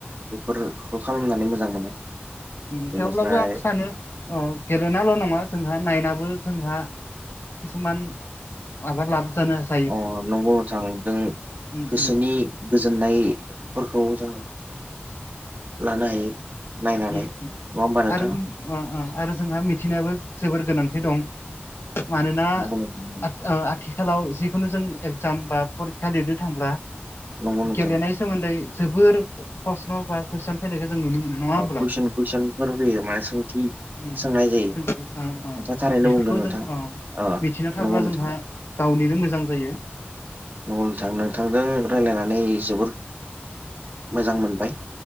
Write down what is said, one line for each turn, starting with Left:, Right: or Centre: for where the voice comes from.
Right: बेफोरखौ खालामनानै मोजां मोनो
Left: उम
Right: बेनिफ्राय
Left: थेवब्लाबो आं सानो गेलेनाल' नङा जोंहा नायनाबो जोंहा कसुमान माबा लाभ जानो हा
Right: अ नंगौ नोथांदों
Left: उम
Right: गोसोनि
Left: उम
Right: गोजोननायफोरखौ जों लानो हायो नायनानै
Left: उम
Right: नङा होमबा नोंथां
Left: आरो ओ ओं आरो जोंहा मिथिनायाबो जोबोर गोनांथि दं मानोना
Right: नंगौ नोंथां
Left: आथ-आथि खालाव जिखुनु जों एगजाम बा फरिखा लिरनो थांब्ला
Right: नंगौ नंगौ नोंथां
Left: गेलेनाय सोमोन्दै जोबोर प्रस्न' बा कुइसन फैनायखौ जों नुनो मोन नङा होमबा
Right: कुइन कुसनफोर फैयो माने सोंथि
Left: उम
Right: सोंनाय जायो
Left: मिथियो अ अ
Right: नोंथाङा थारैनो
Left: बिफोरखौ
Right: बुंदों नोंथां
Left: जों अ
Right: ओ
Left: मिथिना थाब्ला
Right: नंगौ नोंथां
Left: जोंहा गावनिनो मोजां जायो
Right: नंगौ नोंथां नोंथांजों रायज्लायनानै जोबोर मोजां मोनबाय